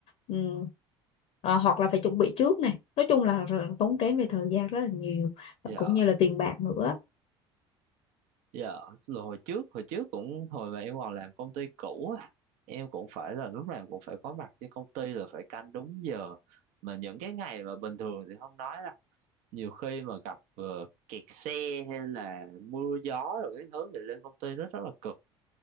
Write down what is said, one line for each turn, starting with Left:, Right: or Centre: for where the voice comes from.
Left: ừm, ờ, hoặc là phải chuẩn bị trước nè nói chung là r- tốn kém về thời gian rất là nhiều
Right: dạ
Left: cũng như là tiền bạc nữa
Right: dạ là hồi trước hồi trước cũng hồi mà em còn làm công ty cũ á em cũng phải là lúc nào cũng phải có mặt trên công ty là phải canh đúng giờ mà những cái ngày mà bình thường thì không nói đâu nhiều khi mà gặp ờ, kẹt xe hay là mưa gió rồi cái thứ thì lên công ty nó rất là cực